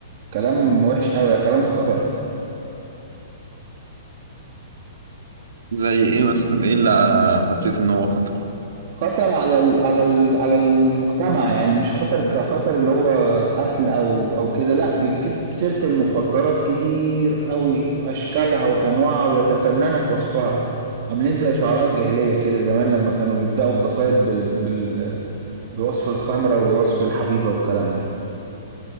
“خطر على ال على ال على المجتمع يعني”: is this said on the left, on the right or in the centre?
Right